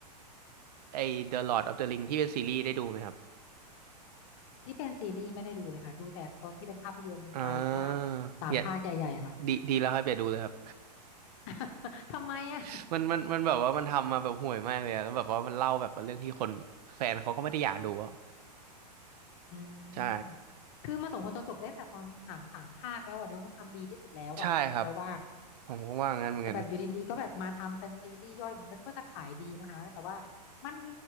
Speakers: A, on the right; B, on the left.
A: ไอ The Lord of the Ring ที่เป็นซีรีส์ได้ดูไหมครับ
B: ที่เป็นซีรีส์ไม่ได้ดูเลยค่ะดูแต่ตอนที่เป็นภาพยนตร์ไตรภาคสามภาคใหญ่ๆอะค่ะ
A: อ่าอย่าดี ดีแล้วครับอย่าดูเลยครับ
B: <laughs> ทำไมอะ
A: <laughs> มันมันมันแบบว่ามันทำมาแบบห่วยมากเลยอะแล้วแบบว่ามันเล่าแบบว่าเรื่องที่คนแฟนเขาก็ไม่ได้อยากดูอะ
B: อื
A: ใช่
B: ม คือมาสมควรจะจบได้ตั้งแต่ตอนหนังสามภาคแล้วอะเนอะมันทำดีที่สุดแล้วอะเราว่า
A: ใช่ครับผมก็ว่างั้นเหมือนกัน
B: แต่แบบอยู่ดีๆก็แบบมาทำเป็นซีรีส์ย่อยมันนึกว่าจะขายดีมั้งคะแต่ว่ามัน